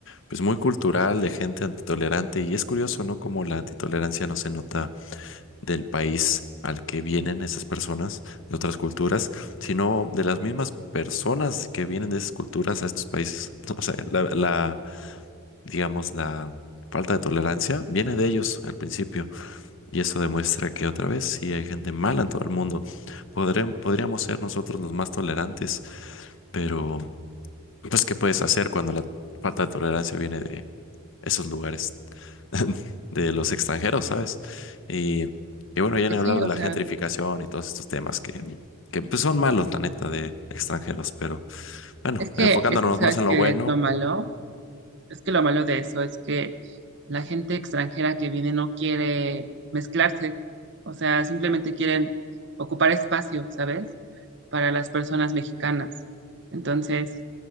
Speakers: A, on the left; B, on the right.
A: pues muy cultural de gente antitolerante y es curioso, ¿no? Como la antitolerancia no se nota del país al que vienen esas personas de otras culturas, sino de las mismas personas que vienen de esas culturas a estos países. <laughs> O sea, la, la, digamos, la falta de tolerancia viene de ellos al principio y eso demuestra que otra vez sí hay gente mala en todo el mundo. Podré- podríamos ser nosotros los más tolerantes Pero, pues, ¿qué puedes hacer cuando la falta de tolerancia viene de esos lugares, <laughs> de los extranjeros, ¿sabes? Y, y bueno, ya
B: pues
A: ni hablar
B: sí,
A: de
B: o
A: la
B: sea,
A: gentrificación y todos estos temas que, que pues, son malos, la neta, de extranjeros. Pero bueno,
B: es que,
A: enfocándonos
B: es que sabes
A: más en lo
B: que
A: bueno,
B: es lo malo, Es que lo malo de eso es que la gente extranjera que viene no quiere mezclarse, o sea, simplemente quieren ocupar espacio, ¿sabes? Para las personas mexicanas. Entonces,